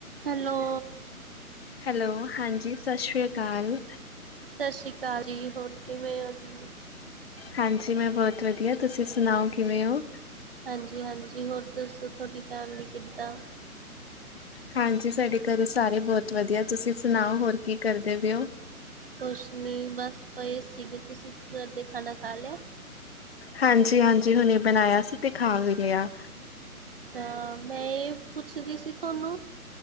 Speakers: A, on the right; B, on the left.
A: Hello.
B: Hello ਹਾਂਜੀ, ਸਾਸਰੀਆਕਾਲ।
A: ਸਾਸੀਕਾਲ ਜੀ ਹੋਰ ਕਿਵੇਂ ਓ ਜੀ?
B: ਹਾਂਜੀ ਮੈਂ ਬੋਤ ਵਦੀਆ ਤੁਸੀਂ ਸੁਣਾਓ ਕਿਵੇਂ ਓ?
A: ਹਾਂਜੀ-ਹਾਂਜੀ, ਹੋਰ ਦੱਸੋ ਥੋਡੀ ਫੈਮਲੀ ਕੀਦਾਂ?
B: ਹਾਂਜੀ ਸਾਡੇ ਘਰੇ ਸਾਰੇ ਬੋਤ ਵਦੀਆ ਤੁਸੀਂ ਸੁਣਾਓ ਹੋਰ ਕੀ ਕਰਦੇ ਪੇ ਓ?
A: ਕੁਛ ਨੀ ਬਸ ਪਏ ਸੀਗੇ, ਤੁਸੀਂ ਕੀ ਕਰਦੇ ਖਾਣਾ ਖਾ ਲਿਆ?
B: ਹਾਂਜੀ-ਹਾਂਜੀ ਹੁਣੇ ਬਨਾਏਆ ਸੀ ਤੇ ਖਾ ਵੀ ਲਿਆ।
A: ਅੱਛਾ, ਮੈਂ ਏ ਪੁੱਛਦੀ ਸੀ ਥੋਨੂੰ